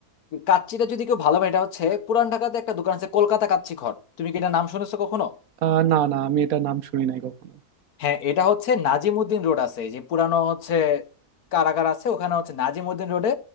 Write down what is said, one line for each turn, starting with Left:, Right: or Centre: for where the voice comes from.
Left: কাচ্চিটা যদি কেউ ভালো হয় এটা হচ্ছে পুরান ঢাকাতে একটা দোকান আছে কলকাতা কাচ্চি ঘর তুমি কি এটা নাম শুনেছো কখনো
Right: আহ, না না আমি এটা নাম শুনি নাই কখনো
Left: হ্যাঁ এটা হচ্ছে নাজিমুদ্দিন রোড আছে এই যে পুরানো হচ্ছে কারাগার আছে ওখানে হচ্ছে নাজিমুদ্দিন রোডে